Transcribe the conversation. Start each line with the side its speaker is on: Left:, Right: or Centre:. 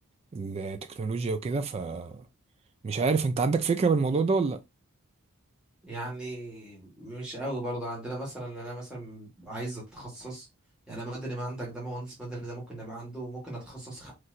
Right: التكنولوجيا وكده فمش عارف أنت عندك فكرة بالموضوع ده ولا
Centre: يعني مش قوي برضه عندنا مثلا انا مثلا عايز اتخصص يعني أنا مدني ما عندك ده مهندس مدني ده ممكن نبقى عنده ممكن اتخصص خ...